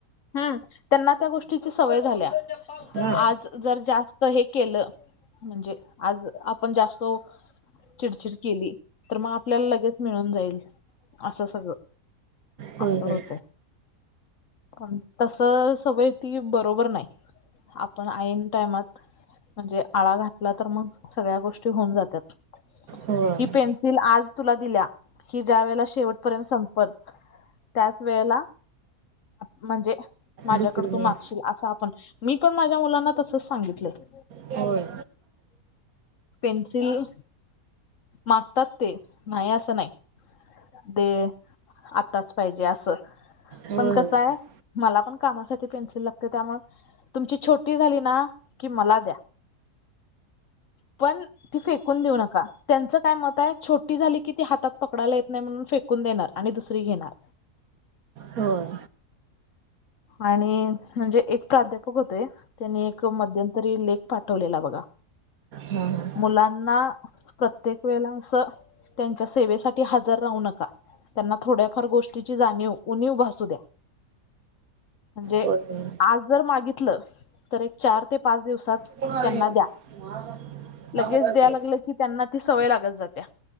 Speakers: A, on the left; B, on the right.
A: हम् त्यांना त्या गोष्टीची सवय झाल्या
B: हां.
A: आज जर जास्त हे केलं म्हणजे आज आपण जास्त चिडचिड केली तर मग आपल्याला लगेच मिळून जाईल असं सगळं.
B: होय,
A: आपलं
B: होय.
A: होतय. पण तस सवय ती बरोबर नाही आपण आयन टाइमात म्हणजे आळा घातला तर मग सगळ्या गोष्टी होऊन जातात.
B: होय.
A: ही पेन्सिल आज तुला दिल्या हि ज्या वेळेला शेवटपर्यंत संपल त्याच वेळेला म्हणजे माझ्याकड
B: दुसरी मेन.
A: तू मागशील असं आपण मी पण माझ्या मुलांना तसच सांगितलंय.
B: होय.
A: पेन्सिल मागतात ते नाही असं नाही. दे आत्ताच पाहिजे असं.
B: होय,
A: पण कसं
B: होय.
A: आहे मला पण कामासाठी पेन्सिल लागते त्यामुळे तुमची छोटी झाली ना की मला द्या. पण ती फेकून देऊ नका. त्यांचं काय मत आहे छोटी झाली की ती हातात पकडायला येत नाही म्हणून फेक कून देणार आणि दुसरी घेणार.
B: होय.
A: आणि म्हणजे एक प्राध्यापक होते. त्यांनी एक मध्यंतरी लेख पाठवलेला बघा.
B: हां ह.
A: मुलांना प्रत्येक वेळा असं त्यांच्या सेवेसाठी हजर राहू नका, त्यांना थोड्याफार गोष्टीची जाणीव उणीव भासू द्या. म्हणजे
B: होय, होय.
A: आज जर मागितलं तर एक चार ते पाच दिवसात
B: <unintelligible>
A: त्यांना द्या लगेच
B: होय.
A: द्याय लागलं की त्यांना ती सवय लागत जात्या.